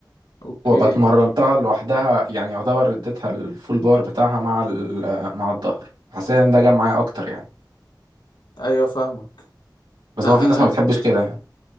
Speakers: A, on the left; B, on the right.
A: اوكي
B: وابقى اتمرنتها لوحدها يعني يعتبر اديتها الفول بار بتاعها مع ال- آه، مع الظهر حسيت ان ده جاب معايا اكتر يعني
A: ايوه فاهمك
B: بس
A: لا
B: هو في ناس
A: انا
B: ما بتحبش كده يعني